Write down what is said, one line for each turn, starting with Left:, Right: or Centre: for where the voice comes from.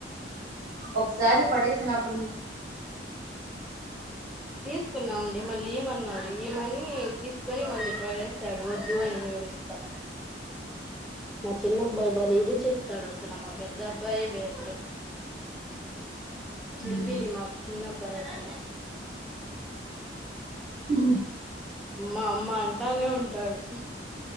Right: ఒకసారి పడేసినపుడు
Centre: తీసుకున్నామండి మళ్ళీ ఈమన్నాడు ఈ మని తీసుకొని మళ్ళీ పడేసాడు వద్దు అని ఏడుస్తా మా చిన్నబ్బాయి బలె ఇదిచెస్ సడసులమా పెద్ద అబ్బాయి బెటర్
Right: మళ్ళీ
Centre: చిల్బిలి మా చిన్న ఉబయస
Right: ఉ
Centre: మా అమ్మ అంటానే ఉంటాడు